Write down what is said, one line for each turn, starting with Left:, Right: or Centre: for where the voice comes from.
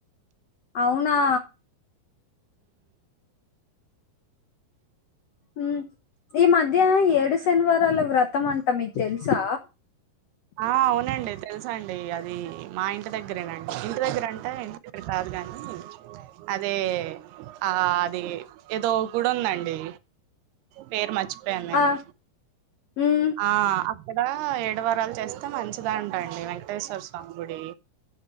Left: అవునా ఉమ్ ఈ మధ్య ఏడు శనివారాలా వ్ర త్తమంటా మీక్ తెల్సా
Right: ఆ అవునండి తెలుసండి అది మా ఇంటి దగ్గరేనండి ఇంటి దగ్గర అంటే ఇంటి దగ్గర కాదు గాని అదే ఆ అది ఏదో గుడి ఉందండి పేరు మరిచిపోయా నేను
Left: ఆ ఉమ్
Right: ఆ అక్కడ ఏడు వారాలు చేస్తే మంచిదంటండి వెంకటేశ్వర స్వామి గుడి